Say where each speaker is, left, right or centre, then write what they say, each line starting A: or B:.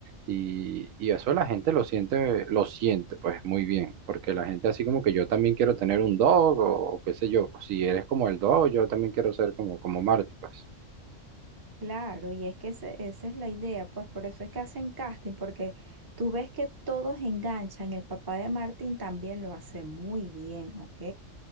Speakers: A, on the right (about 85°); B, on the right (about 20°).
A: Y, y eso la gente lo siente, lo siente, pues, muy bien. Porque la gente así como que yo también quiero tener un dog o, o qué sé yo. Si eres como el dog, yo también quiero ser como, como Marty, pues.
B: Claro, y es que ese- esa es la idea, pues por eso es que hacen casting, porque tú ves que todos enganchan, el papá de Martín también lo hace muy bien, ¿ok?